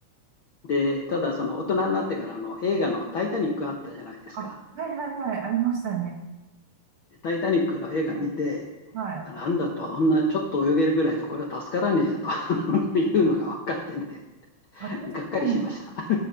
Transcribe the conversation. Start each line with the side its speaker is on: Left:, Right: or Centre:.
Left: で、ただ、その大人になってからの映画のタイタニックあったじゃないですか。
Right: あ、あはいはいはい、ありましたね。
Left: でタイタニックの映画見て、
Right: はい。はい。
Left: あなんだと、あんなちょっと泳げるぐらいでこれは助からねえやと <laughs> いうのが分かってね、
Right: まあ、確かに、
Left: がっかりしました。